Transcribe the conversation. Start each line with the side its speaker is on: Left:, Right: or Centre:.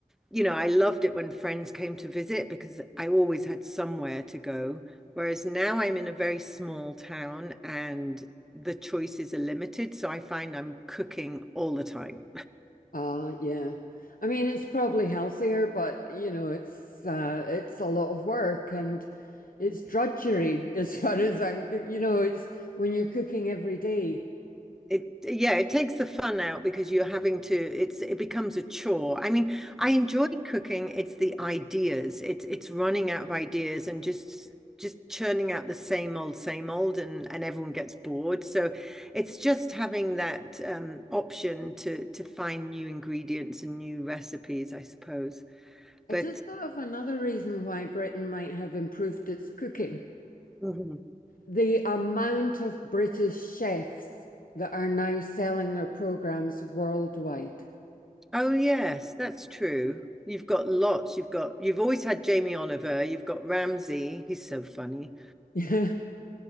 Centre: you know, I loved it when friends came to visit because I always had somewhere to go. Whereas now I'm in a very small town and the choices are limited. So I find I'm cooking all the time.
Left: Uh, yeah. I mean, it's probably healthier, but you know, it's uh, it's a lot of work and it's drudgery <laughs> as far as I'm, you know, it's when you're cooking every day.
Centre: It, yeah, it takes the fun out because you're having to, it's, it becomes a chore. I mean, I enjoy cooking. It's the ideas. It's, it's running out of ideas and just, just churning out the same old, same old, and and everyone gets bored. So, it's just having that um, option to to find new ingredients and new recipes, I suppose.
Left: I
Centre: But
Left: just thought of another reason why Britain might have improved its cooking.
Centre: Mhm.
Left: The amount of British chefs that are now selling their programs worldwide.
Centre: oh yes, that's true. You've got lots. You've got you've always had Jamie Oliver. You've got Ramsay. He's so funny.
Left: <laughs>